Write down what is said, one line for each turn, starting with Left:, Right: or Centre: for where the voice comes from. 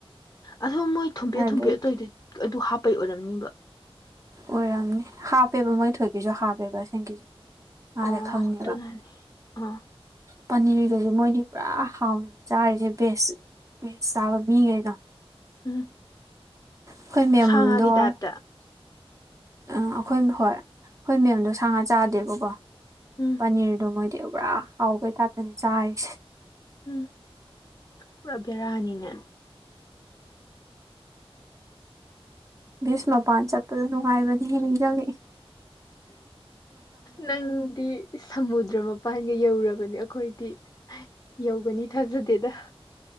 Left: ꯑꯗꯣ ꯃꯣꯏ ꯊꯨꯝꯕꯦꯠ
Right: ꯑꯗꯨꯗꯒꯤ
Left: ꯊꯨꯝꯕꯦꯠ ꯑꯇꯣꯏꯗ ꯑꯗꯨ ꯍꯥꯞꯄꯩ ꯑꯣꯏꯔꯝꯅꯤꯕ
Right: ꯑꯣꯏꯔꯝꯅꯤ ꯍꯥꯞꯄꯦꯕ ꯃꯣꯏ ꯊꯧꯑꯣꯏꯒꯤꯁꯨ ꯍꯥꯞꯄꯦꯕ ꯑꯁꯦꯡꯒꯤ ꯑꯥꯗ
Left: ꯑꯣ
Right: ꯈꯪꯉꯦꯕ
Left: ꯑꯗꯨꯅꯅꯤ ꯑꯥ
Right: ꯄꯅꯤ꯭ꯔꯒꯁꯦ ꯃꯣꯏꯗꯤ ꯄꯨꯔꯥ ꯍꯥꯎꯅꯤ ꯆꯥꯔꯤꯁꯦ ꯕꯦꯁ ꯕꯦꯁ ꯆꯥꯕ ꯃꯤꯒꯩꯗꯣ
Left: ꯎꯝ
Right: ꯑꯩꯈꯣꯏ ꯃꯦꯝꯗꯣ
Left: ꯁꯥ ꯉꯥꯒꯤ
Right: ꯑ
Left: ꯇꯥꯏꯞꯇ
Right: ꯑꯩꯈꯣꯏ ꯍꯣꯏ ꯑꯩꯈꯣꯏ ꯃꯦꯝꯗꯣ ꯁꯥ ꯉꯥ ꯆꯥꯗꯦꯕꯀꯣ
Left: ꯎꯝ
Right: ꯄꯅꯤ꯭ꯔꯗꯣ ꯃꯣꯏꯗꯤ ꯄꯨꯔꯥ ꯍꯥꯎꯕꯩ ꯊꯥꯛꯇꯅꯤ ꯆꯥꯔꯤꯁꯦ
Left: ꯎꯝ ꯄꯨꯔꯥ ꯕꯦꯔꯥꯅꯤꯅꯦ
Right: ꯕꯤ꯭ꯑꯆ ꯃꯄꯥꯟ ꯆꯠꯄꯗ ꯅꯨꯡꯉꯥꯏꯕꯅꯤ ꯍꯦ ꯅꯤꯡ ꯖꯪꯉꯛꯏ
Left: ꯅꯪꯗꯤ ꯁꯃꯨꯗ꯭ꯔ ꯃꯄꯥꯟꯒ ꯌꯧꯔꯕꯅꯤ ꯑꯩꯈꯣꯏꯗꯤ ꯌꯧꯒꯅꯤ ꯊꯥꯖꯗꯦꯗ